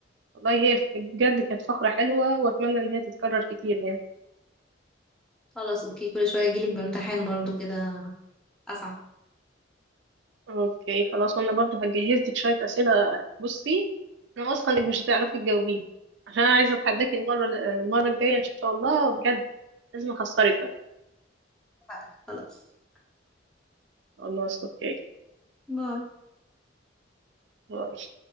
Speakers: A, on the right; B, in the centre.
A: والله هي بجد كانت فقرة حلوة وأتمنى إن هي تتكرر كتير يعني
B: خلاص اوكي كل شوية اجيلك بامتحان برضو كده اصعب
A: اوكي خلاص وانا برضو هجهز لك شويه اسئله بصي انا واثقه انك مش هتعرفي تجاوبيها عشان انا عايزه اتحداكي المره المره الجايه ان شاء الله بجد لازم اخسرك بقى
B: اتفقنا. خلاص
A: خلاص اوكي
B: باي
A: باي